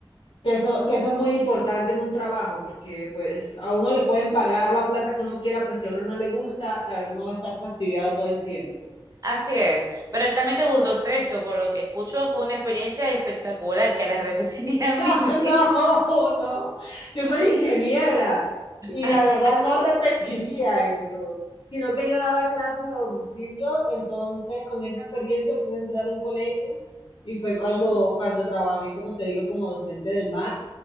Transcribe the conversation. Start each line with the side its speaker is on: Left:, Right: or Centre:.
Left: que eso, que eso es muy importante en un trabajo, porque pues a uno le pueden pagar la plata que uno quiera, pero si a uno no le gusta, la verdad uno va a estar fastidiado todo el tiempo.
Right: así es. Pero también te gustó Sexto, por lo que escucho, fue una experiencia espectacular que la repetiría <laughs>
Left: <laughs>
Right: mil
Left: No,
Right: veces.
Left: no, yo soy ingeniera y
Right: <laughs>
Left: la verdad no repetiría eso, sino que yo daba clases a domicilio, entonces con esa experiencia pude entrar a un colegio y fue
Right: Ujú.
Left: cuando, cuando trabajé, como te digo, como docente de MAT.